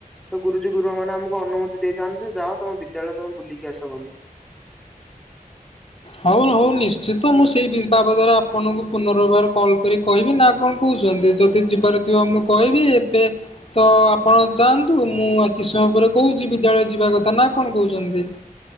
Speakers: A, in the centre; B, on the left.
A: ତ ଗୁରୁଜୀ ଗୁରୁମା ମାନେ ଆମକୁ ଅନୁମତି ଦେଇଥା ଯେ ଯାଅ ତମ ବିଦ୍ୟାଳୟ ତମେ ବୁଲିକି ଆସ ବୋଲି।
B: ହଉ ହଉ ନିଶ୍ଚିତ ମୁଁ ସେଇ ବି ବାବଦରେ ଆପଣଙ୍କୁ ପୁନର୍ବାର କଲ୍ କରି କହିବି ନା କଣ କହୁଚନ୍ତି ଯଦି ଯିବାର ଥିବ ମୁଁ କହିବି ଏବେ ତ ଆପଣ ଯାଆନ୍ତୁ ମୁଁ ଆଉ କିଛି ସମୟ ପରେ କହୁଚି ବିଦ୍ୟାଳୟ ଯିବା କଥା ନା କଣ କହୁଚନ୍ତି।